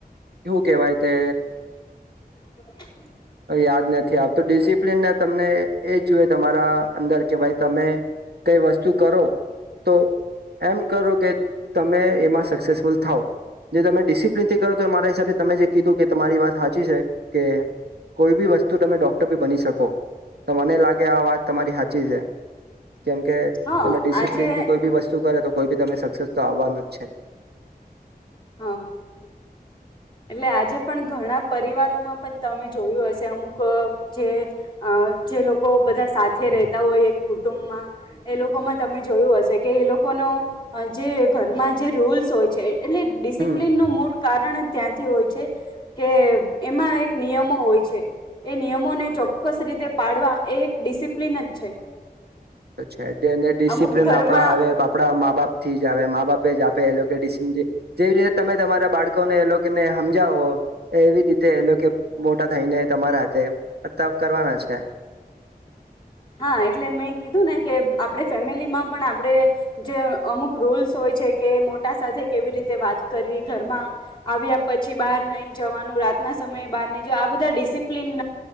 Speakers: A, on the right; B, on the left.
A: હુ કેહેવાય તે
B: <inaudible>
A: યાદ નથી આવતું, ડિસિપ્લન તમને એ જૂએ તમારા અંદર કે ભાઈ તમે કઈ વસ્તુ કરો તો, એમ કરો કે તમે એમાં સક્સેસફુલ થાવ, જે તમે ડિસિપ્લિન થી કરો તો એ મારા હિસાબે તમે જે કીધું કે તમારી વાત સાચી છે કે કોઈ બી વસ્તુ તમે ડોક્ટર બી બની શકો, તો મને લાગે આ વાત તમારી સાચી છે, કેમકે
B: હા
A: તમે ડિસિપ્લિન
B: આજે
A: થી કોઈ બી વસ્તુ કરે તો કોઈ બી તમે સક્સેસ તો આવવાનું જ છે.
B: હા. એટલે આજે પણ ઘણા પરિવારોમાં પણ તમે જોયું હશે, અમુક જે જે લોકો બધા સાથે રહેતા હોય એક કુટુંબમાં એ લોકોમાં તમે જોયું હશે કે એ લોકોનો જે ઘરમાં જે રૂલ્સ હોય <unintelligible> એટલે ડિસિપ્લિનનું
A: હમ
B: મૂળ કારણ ત્યાંથી હોય છે. કે એમાં એક નિયમો હોય છે એ નિયમોને ચોક્કસ રીતે પાડવા એ એક ડિસિપ્લિન જ છે.
A: તો છે ડેને ડિસિપ્લન
B: અમુક ઘરમાં
A: આપડા આવે આપડા મા બાપ થી જ આવે મા બાપે જ આપે એ જેવી રીતે તમે તમારા બાળકોને એ લોકોને સમજાવો એવી રીતે એ લોકો મોટા થઈને તમારા હાથે વર્તાવ કરવાના છે.
B: હા એટલે મેં કીધું ને કે આપડે ફેમિલીમાં પણ આપડે જે અમુક રૂલ્સ હોય છે કે મોટા સાથે કેવી રીતે વાત કરવી ઘરમાં આવ્યા પછી બહાર નહી જવાનું રાત ના સમયે બહાર ની જો આ બધા ડિસિપ્લિન